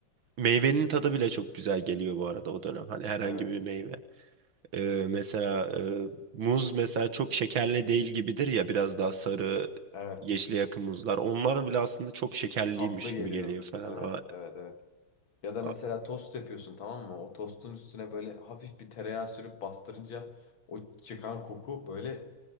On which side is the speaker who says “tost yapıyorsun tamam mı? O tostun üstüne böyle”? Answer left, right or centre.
Left